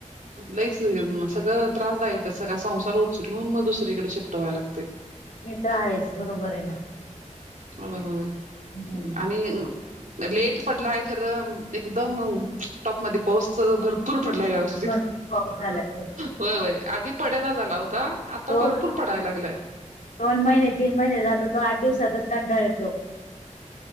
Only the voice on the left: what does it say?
हे तर आहेच बरोबर आहे ना.
हम्म
भरपूर पाऊस झालाय
तो
दोन
महिने तीन महिने जातो तो आठ दिवसातच कंटाळे.